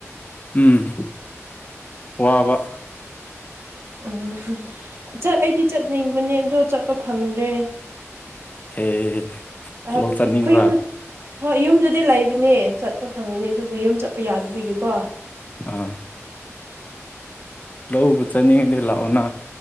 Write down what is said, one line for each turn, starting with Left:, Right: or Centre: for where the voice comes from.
Left: ꯎꯝ ꯋꯥꯕ
Right: ꯎꯝ ꯆꯠ ꯑꯩꯗꯤ ꯆꯠꯅꯤꯡꯕꯅꯦ ꯑꯗꯣ ꯆꯠꯄ ꯐꯪꯗ꯭ꯔꯦ <inaudible>
Left: ꯑꯦ
Right: ꯑꯩꯈꯣꯏ
Left: ꯂꯧ ꯆꯠꯅꯤꯡꯕ꯭ꯔꯥ
Right: ꯌꯨꯝ ꯍꯣꯏ ꯌꯨꯝꯗꯗꯤ ꯂꯩꯕꯅꯦ ꯆꯠꯄ ꯐꯪꯒꯅꯤ ꯑꯗꯨꯕꯨ ꯌꯨꯝ ꯆꯠꯄ ꯌꯥꯗꯕꯤꯒꯤꯀꯣ
Left: ꯑꯥ ꯂꯧꯕꯨ ꯆꯠꯅꯤꯡꯉꯗꯤ ꯂꯥꯛꯑꯣꯅ